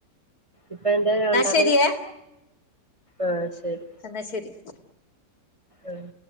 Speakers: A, on the right (about 20°); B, on the left (about 60°).
A: ഇപ്പ എന്താ രണ്ടാമത്
B: ശരിയേ
A: ആഹ് ശരി
B: എന്നാ ശരി
A: ആഹ്